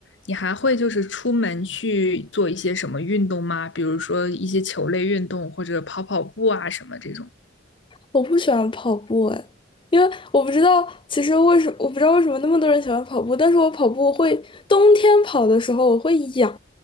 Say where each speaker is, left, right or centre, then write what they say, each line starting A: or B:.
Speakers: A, on the left; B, on the left.
A: 你还会就是出门去做一些什么运动吗？比如说一些球类运动，或者跑跑步啊什么这种。
B: 我不喜欢跑步哎，因为我不知道，其实为什我不知道为什么那么多人喜欢跑步，但是我跑步会冬天跑的时候我会痒，